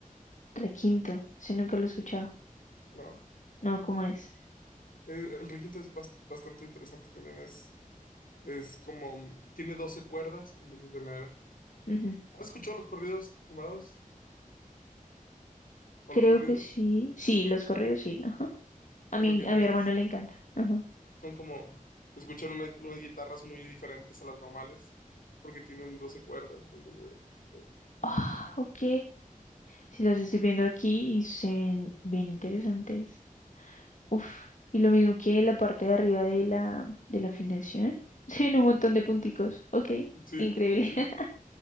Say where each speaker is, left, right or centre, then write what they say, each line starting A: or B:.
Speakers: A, on the left; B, on the left.
A: Requinto, ese nunca lo he escuchado.
B: ¿no?
A: No, ¿cómo es?
B: El, el requinto es bas- bastante interesante también, es, es como, mm, tiene 12 cuerdas en vez de tener...
A: Ujú,
B: ¿Has escuchado los corridos tumbados? O
A: Creo
B: los corridos,
A: que sí. Sí, los corridos sí, ajá. A
B: pero
A: mi,
B: que ya
A: a mi
B: es
A: hermano
B: que
A: le encantan. Ajá.
B: Son como, se escuchan unas, unas guitarras muy diferentes a las normales, porque tienen 12 cuerdas. en vez de-
A: Ah, ok. Sí, los estoy viendo aquí y se ven bien interesantes. Uf, y lo mismo que la parte de arriba de la, de la afinación. <laughs> Tiene un montón de punticos. Ok,
B: Sí,
A: increíble.
B: sí,
A: <laughs>